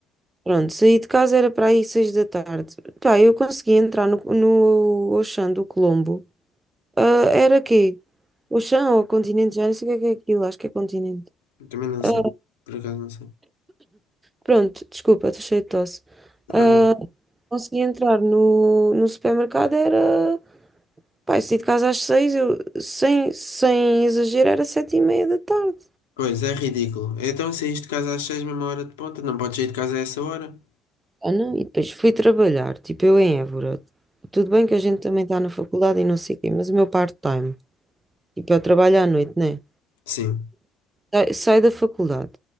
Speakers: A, on the right; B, on the left.
A: Pronto, saí de casa era para aí seis da tarde. Pá, eu consegui entrar no, no Auchan do Colombo. Ah, era quê? Auchan ou Continente? Já não sei o que é que é aquilo, acho que é Continente.
B: Eu também não sei.
A: Ah,
B: Por acaso não sei.
A: pronto, desculpa, estou cheio de tosse. Ah,
B: Faz mal.
A: consegui entrar no, no supermercado, era... Pá, eu saí de casa às seis, eu, sem, sem exagero, era sete e meia da tarde.
B: Pois, é ridículo. Então saíste de casa às seis, mesma hora de ponta, não podes sair de casa a essa hora?
A: Ah, não? E depois fui trabalhar, tipo eu em Évora. Tudo bem que a gente também está na faculdade e não sei o quê, mas o meu part-time, tipo eu trabalho à noite, né?
B: Sim.
A: Sai- Saio da faculdade.